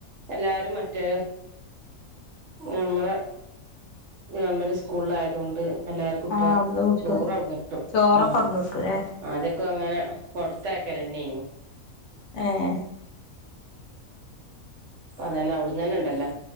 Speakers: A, on the right; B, on the left.
A: എല്ലാരും മറ്റേ നമ്മള്. ഗവൺമെന്റ് സ്കൂളിലായതു കൊണ്ട്. എല്ലാവർക്കും ഇപ്പോ
B: ആഹ് അവ്ട്ന്ന് കിട്ടും
A: ചോറ് അവിടുന്ന് കിട്ടും,
B: ചോറൊക്കെ
A: ഉം
B: അവ്ട്ന്ന് കിട്ടൂലേ
A: ആദ്യം ഒക്കെ അങ്ങനെ പുറത്തെ. ക്കലായിരുന്നു.
B: ഏഹ്
A: അതന്നെ അവിടുന്ന് തന്നെ ഉണ്ടല്ലോ,